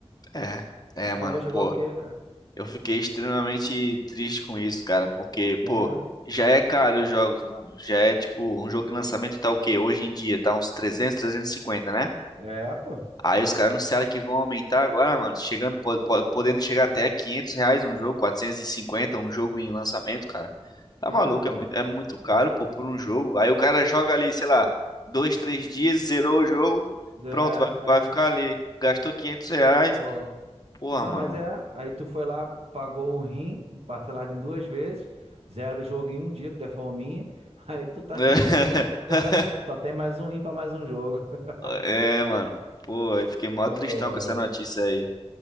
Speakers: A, on the left; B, on the right.
A: É, é,
B: Aí
A: mano.
B: eu vou jogar
A: Pô,
B: o quê, cara?
A: Eu fiquei extremamente triste com isso, cara, porque,
B: É,
A: pô, já é caro os jogos, mano. Já é tipo, um jogo de lançamento tá o quê? Hoje em dia tá uns 300, 350, né?
B: é, pô.
A: Aí os caras anunciaram que vão aumentar agora, mano, chegando, po- po- podendo chegar até 500 reais um jogo, 450 um jogo em lançamento, cara. Tá
B: É,
A: maluco,
B: pô.
A: é muito, é muito caro, pô, por um jogo. Aí o cara joga ali, sei lá, dois, três dias, zerou o jogo,
B: É,
A: pronto,
B: é.
A: vai, vai ficar ali. Gastou 500 reais.
B: Pô.
A: Porra,
B: Não,
A: mano.
B: mas é. Aí tu foi lá, pagou um rim, parcelado em duas vezes, zero o jogo em um dia, que tu é fominha. <laughs> Aí tu tá
A: <laughs>
B: sem rim. <laughs> Só tem mais um rim pra mais um jogo. <laughs>
A: É, mano. Pô, eu fiquei mó
B: Pô,
A: tristão com essa notícia aí.